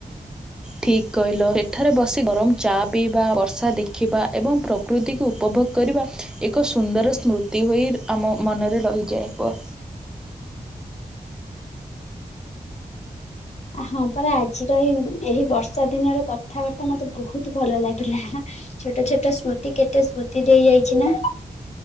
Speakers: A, in the centre; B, on the left (about 50°).
A: ଠିକ୍ କହିଲ ସେଠାରେ ବସି ଗରମ ଚା ପିଇବା ବର୍ଷା ଦେଖିବା ଏବଂ ପ୍ରକୃ ପ୍ରକୃତିକୁ ଉପଭୋଗ କରିବା ଏକ ସୁନ୍ଦର ସ୍ମୃତି ହୋଇ ଆମ ମନରେ ରହିଯାଏ। ବ
B: ହଁ ପରା ଆଜିର ଏଇ ଏହିଁ ବର୍ଷା ଦିନର କଥାବାର୍ତ୍ତା ମତେ ବହୁତ ଭଲ ଲାଗିଲା। ଛୋଟ ଛୋଟ ସ୍ମୃତି କେତେ ସ୍ମୃତି ଦେଇ ଯାଇଛି ନା